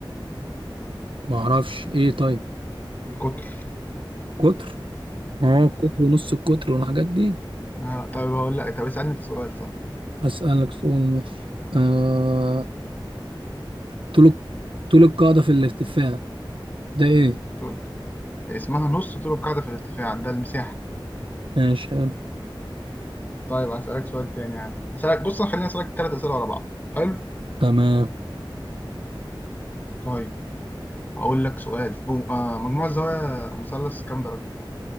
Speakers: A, on the right; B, on the left.
A: ما اعرفش ايه طيب
B: القطر
A: قطر اه القطر ونص القطر والحاجات دي
B: آه طيب هقول لك طب اسألني انت سؤال طب
A: اسالك سؤال ماشي آه... طول طول القاعده في الارتفاع ده ايه
B: طول اسمها نص طول القاعدة في الارتفاع ده المساحة
A: ماشي حلو
B: طيب هسألك سؤال تاني يا عم هسألك بص خليني أسألك تلات أسئلة ورا بعض حلو
A: تمام
B: طيب هقول لك سؤال بو... آه مجموع الزوايا مثلث كام درجة